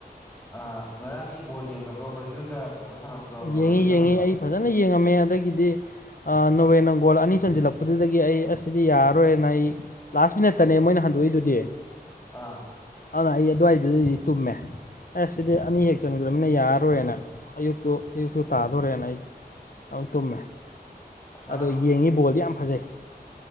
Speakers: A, on the left; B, on the left.
A: ꯑ ꯉꯔꯥꯡꯒꯤ ꯕꯣꯜ ꯌꯦꯡꯗꯕ꯭ꯔꯣ ꯕ꯭ꯔꯥꯖꯤꯜꯒ ꯀꯩꯅꯣꯒ ꯁꯥꯟꯅꯕꯗꯣ ꯅꯣꯔꯋꯦꯒ
B: ꯌꯦꯡꯉꯤ
A: ꯁꯥꯟꯅꯕꯗꯣ
B: ꯌꯦꯡꯉꯤ ꯑꯩ ꯐꯖꯅ ꯌꯦꯡꯉꯝꯃꯦ ꯑꯗꯒꯤꯗꯤ ꯅꯣꫪꯋꯦꯅ ꯕꯣꯜ ꯑꯅꯤ ꯆꯟꯁꯤꯜꯂꯛꯄꯗꯨꯗꯒꯤ ꯑꯩ ꯑꯁꯤꯗꯤ ꯌꯥꯔꯔꯣꯏꯅ ꯑꯩ ꯂꯥꯁ ꯃꯤꯅꯠꯇꯅꯦ ꯃꯣꯏꯅ ꯍꯟꯗꯣꯛꯏꯗꯨꯗꯤ
A: ꯑꯥ
B: ꯑꯗꯨꯅ ꯑꯩ ꯑꯗꯨꯋꯥꯏꯗꯨꯗꯗꯤ ꯇꯨꯝꯃꯦ ꯑꯦ ꯁꯤꯗꯤ ꯑꯅꯤ ꯍꯦꯛ ꯆꯟꯈ꯭ꯔꯅꯤꯅ ꯌꯥꯔꯔꯣꯏꯅ ꯑꯌꯨꯛꯇꯨ ꯑꯌꯨꯛꯁꯨ ꯇꯥꯗꯣꯔꯦꯅ ꯑꯩ ꯑꯗꯨꯝ ꯇꯨꯝꯃꯦ
A: ꯑꯁ ꯉꯔꯥꯡ
B: ꯑꯗꯣ ꯌꯦꯡꯉꯤ ꯕꯣꯜꯗꯤ ꯌꯥꯝ ꯐꯖꯩ